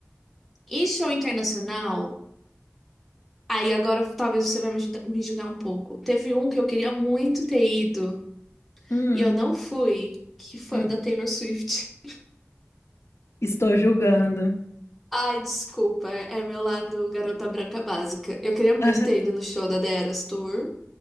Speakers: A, in the centre; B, on the left.
A: E show internacional. Aí agora talvez você vai me julgar, me julgar um pouco. Teve um que eu queria muito ter ido
B: Hum,
A: e eu não fui, que foi
B: hum.
A: o da Taylor Swift.
B: Estou julgando.
A: <laughs> Ai, desculpa, é meu lado garota branca básica. Eu queria muito
B: Aham,
A: ter ido no show da The Eras Tour,